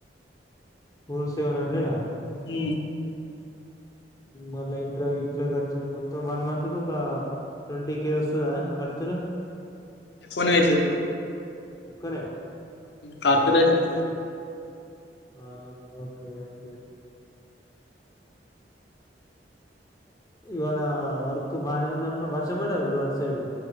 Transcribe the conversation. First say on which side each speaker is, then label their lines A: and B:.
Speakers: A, on the left; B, on the left.
A: four seven హండ్రెడా
B: హ
A: మళ్ళా ఇంట్ ఇంట్లో ఖర్చులు మొత్తం వన్ మంత్ కు ఒక ట్వంటీ కే వస్తదా ఖర్చులు
B: ఫోన్ ఏతూ
A: ఎక్కనే
B: ఖర్చులయితయ్
A: ఆ ఓకే ఓకే ఇవాళ వర్క్ బానే ఉంది అనుకో వర్షం బడదా అటు సైడు